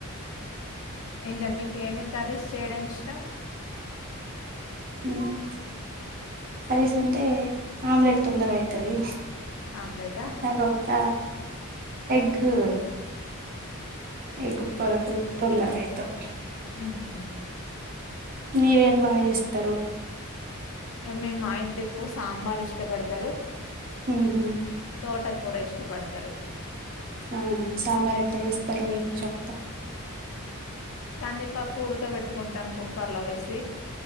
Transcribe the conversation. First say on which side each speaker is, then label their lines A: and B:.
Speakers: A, on the left; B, on the right.
A: ఇంకా మీకు ఏమేమ్ కర్రీస్ చేయడం ఇష్టం
B: ఊమ్ కర్రీస్ కంటే ఆమ్లెట్ తొందర అయితది
A: ఆమ్లెటా
B: తర్వాత ఎగ్గు ఎగ్ పరోట కూడ తొందరనే త <unintelligible>
A: ఉహు
B: మీరు ఏం బాగా చేేస్తారు
A: ఇంగ మేం మా ఇంట్లో ఎక్కువ సాంబార్ ఇష్టపడతారు
B: ఉహు
A: తోట కూర ఇష్టపడతరు
B: అవును సాంబార్ ఎట్లా చేస్తారు మీరు చెప్
A: కందిపప్పు ఉడక బెట్టుకుంటాం కుక్కర్లో వేసి